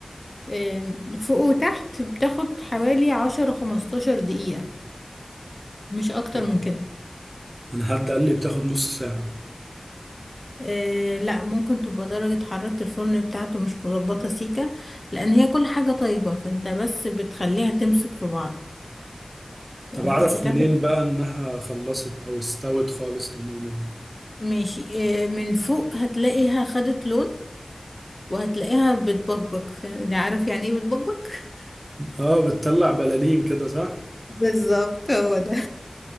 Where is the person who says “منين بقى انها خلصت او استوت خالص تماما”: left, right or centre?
Right